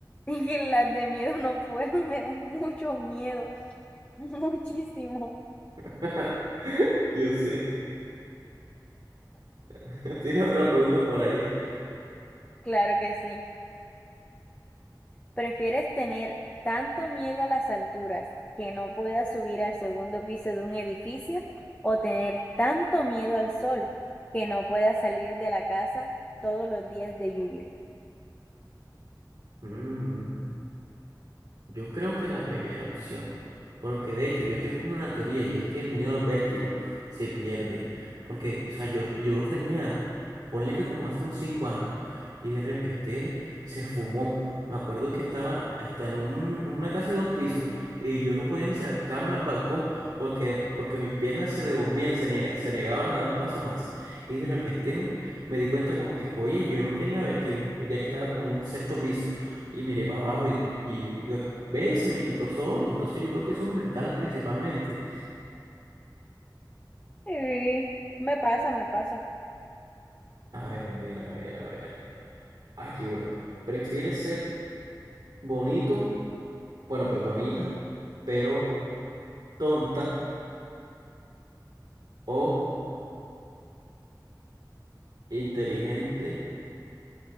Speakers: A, on the left (about 20°); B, on the right (about 70°).
A: Y que las de miedo no puedo, <laughs> me dan mucho miedo, <laughs> muchísimo.
B: <laughs> Yo sé. <laughs> ¿Tienes otra pregunta por ahí?
A: Claro que sí. ¿Prefieres tener tanto miedo a las alturas que no puedas subir al segundo piso de un edificio o tener tanto miedo al sol que no puedas salir de la casa todos los días de lluvia?
B: Mm. Yo creo que la primera opción, porque de hecho yo tengo una teoría y es que el miedo al vértigo se pierde, porque, o sea, yo, yo lo tenía, ponle que como hace unos cinco años, y de repente se fumó. Me acuerdo que estaba hasta en un- una casa de dos pisos y yo no podía ni sacarme al balcón porque, porque mis piernas se devolvían, se, nie- se negaban a dar un paso más. Y de repente me, me di cuenta como que, oye, yo no tenía vértigo, un día que estaba como en un sexto piso y miré para abajo y, y Ve, se me quitó solo. Entonces yo creo que eso es mental principalmente.
A: Sí, me pasa, me pasa.
B: A ver, a ver, a ver, a ver. Aquí una. ¿Prefieres ser bonito? Bueno, pues bonita, pero tonta o inteligente